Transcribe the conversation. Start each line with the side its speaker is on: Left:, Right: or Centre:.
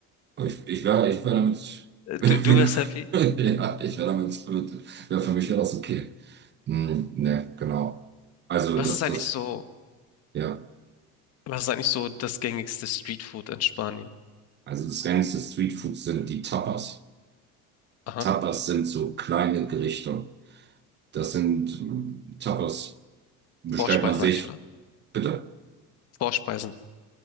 Right: ich, ich wäre ich wär damit. <laughs>
Left: Du, du wärst happy.
Right: Ja, ich wäre damit. Wär für mich wäre das okay. Hm, ne, genau. Also
Left: Was
Right: das,
Left: ist eigentlich
Right: das,
Left: so,
Right: ja,
Left: was ist eigentlich so das gängigste Streetfood in Spanien?
Right: also das reinste Streetfood sind die Tapas.
Left: Aha.
Right: Tapas sind so kleine Gerichte. Das sind hm, Tapas, bestellt
Left: Vorspeisen
Right: man sich,
Left: eigentlich, oder?
Right: bitte.
Left: Vorspeisen.